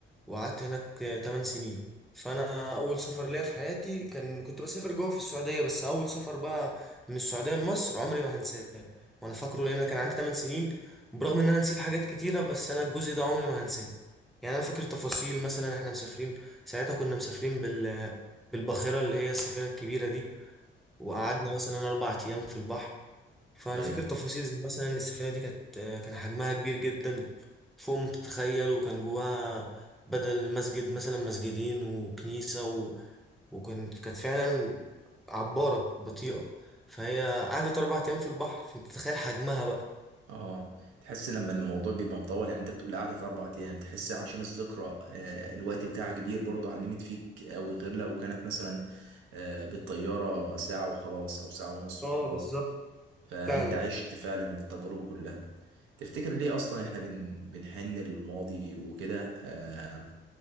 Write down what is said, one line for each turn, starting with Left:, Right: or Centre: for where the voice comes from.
Centre: وقعدت هناك 8 سنين فانا اول سفر ليا في حياتي كان كنت بسافر جوه في السعوديه بس اول سفر بقى من السعوديه لمصر عمري ما هنساه وانا فاكره لان أنا كان عندي 8 سنين برغم ان انا نسيت حاجات كتيره بس انا الجزء ده عمري ما هنساه يعني انا فاكر تفاصيل مثلا احنا مسافرين ساعتها كنا مسافرين بال بالباخره اللي هي السفينه الكبيره دي وقعدنا مثلا اربع ايام في البحر فانا
Right: امم
Centre: فاكر تفاصيل زي مثلا إن السفينه دي كانت آه، كان حجمها كبير جدا فوق ما تتخيل وكان جواها بدل مسجد مثلا مسجدين وكنيسه و... وكانت كانت فعلا عباره بطيئه فهي قعدت اربع ايام في البحر فانت تتخيل حجمها بقى
Right: اه تحس لما الموضوع بيبقى مطول يعني انت بتقول قعدة اربع ايام تحس عشان الذكرى آه، الوقت بتاعها كبير برضو علمت فيك اوي غير لو كانت مثلا آه، بالطيارة ساعة وخلاص او ساعة ونص وخلاص
Centre: اه بالظبط
Right: فانت
Centre: فعلا
Right: عشت فعلا التجربة كلها تفتكر ليه اصلا احنا بن بنحن للماضي وكده آه،